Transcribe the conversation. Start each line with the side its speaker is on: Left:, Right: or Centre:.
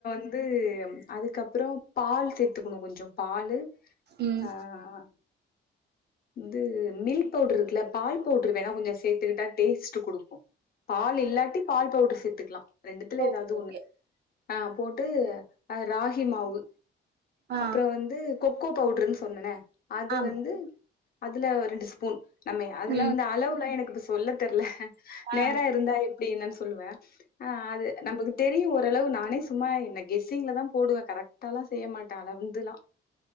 Left: வந்து அதுக்கப்புற பால் சேர்த்துக்கணு கொஞ்ச பாலு
Right: ம்
Left: ஆஹ் இது மீ பவுடர் இருக்குல பால் பவுடர் வேணா கொஞ்ச சேர்த்துக்கிட்டா டேஸ்ட் குடுக்கு பால் இல்லாட்டி பால் பவுடர் சேத்துக்கலா ரெண்டுத்துல
Right: ஓகே
Left: ஏதாவது ஒண்ணு
Right: ஓகே
Left: ஆஹ் போட்டு அஹ் ராகி மாவு
Right: ஆ
Left: அப்புற வந்து கொக்கோ பவுடருன்னு சொன்னனே அது
Right: ஆமா
Left: வந்து அதுல ரெண்டு ஸ்பூன் நம்மை அதல்லா
Right: ம்
Left: வந்து அளவுலா எனக்கு இப்ப சொல்ல தெர்ல நேர
Right: ஆ
Left: இருந்தா இப் அப்டி என்னன் சொல்வ ஆ அது நமக்கு தெரியு ஓரளவு நானே சும்மா என்ன கெஸ்ஸிங்லதா போடுவ கரெக்டாலா செய்ய மாட்ட அளந்துலா